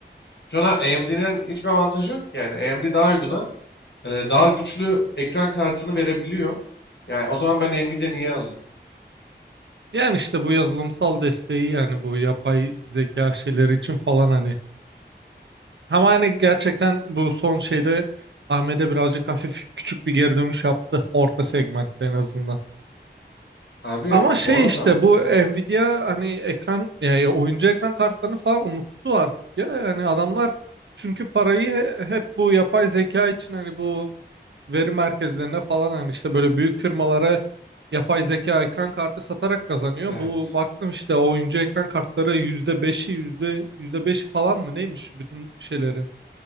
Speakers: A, on the left; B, on the right.
A: Şu an AMD'den hiçbir avantajı yok. ki. Yani AMD daha uyguna e, daha güçlü ekran kartını verebiliyor. Yani o zaman ben Nvidia niye alayım?
B: Yani işte bu yazılımsal desteği yani bu yapay zeka şeyleri için falan hani. Ama hani gerçekten bu son şeyde AMD birazcık hafif küçük bir geri dönüş yaptı. Orta segmentte en azından.
A: Abi
B: Ama şey
A: bu arada
B: işte bu
A: aynen.
B: Nvidia hani ekran yani oyuncu ekran kartlarını falan unuttu artık ya. Yani adamlar çünkü parayı he- hep bu yapay zeka için hani bu veri merkezlerine falan hani işte böyle büyük firmalara yapay zeka ekran kartı satarak kazanıyor.
A: Evet.
B: Bu baktım işte oyuncu ekran kartları yüzde beşi yüzde yüzde beşi falan mı neymiş bütün şeylerin